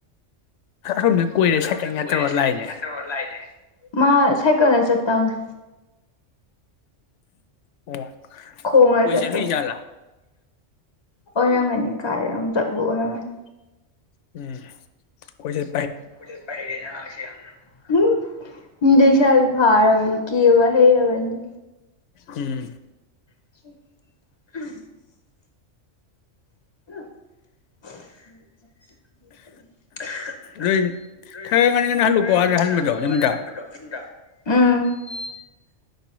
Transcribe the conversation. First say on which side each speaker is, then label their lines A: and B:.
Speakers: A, on the left; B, on the left.
A: ꯑꯁꯣꯝꯗ ꯀꯣꯏꯔꯦ ꯁꯥꯏꯀꯜꯒ
B: ꯣꯗ ꯀꯣꯏꯔꯦ
A: ꯇꯧꯔ
B: ꯁꯥꯏꯀ
A: ꯂꯥꯛꯏꯅꯦ
B: ꯅ ꯇꯧ ꯂꯥꯏꯔꯦ ꯀꯣꯂꯦꯖ ꯆꯠꯇꯝꯅꯦ
A: ꯑꯣ
B: ꯈꯣꯡꯅ
A: ꯀꯣꯏ
B: ꯆꯠꯄꯅꯦ
A: ꯆꯠꯇꯣꯏ ꯖꯥꯠꯂ
B: ꯑꯣꯏꯔꯝꯒꯅꯤ ꯀꯥꯏꯔꯣꯝ ꯆꯠꯄ ꯑꯣꯏꯔꯝꯒꯅꯤ
A: ꯎꯝ ꯍꯣꯏꯁꯦ
B: <unintelligible> ꯃꯤ ꯂꯩꯁꯥ ꯐꯥꯔꯕꯅꯤ ꯀꯦꯕꯥ ꯍꯩꯔꯕꯅꯤ
A: ꯎꯝ
B: <inaudible> <unintelligible>
A: ꯅꯣꯏ ꯈꯔ ꯉꯟꯅ ꯉꯟꯅ ꯍꯜꯂꯨꯀꯣ ꯑꯥꯗ ꯍꯟꯕꯗꯣ ꯌꯨꯝꯗ